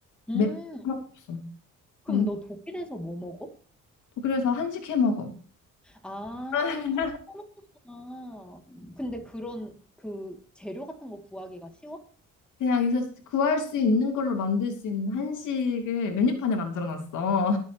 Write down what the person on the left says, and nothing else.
매운 거 하나도 없어.
안-
독일에서 한식 해 먹어.
<laughs>
그냥 여기서 구할 수 있는 걸로 만들 수 있는 한식을 메뉴판에 만들어 놨어.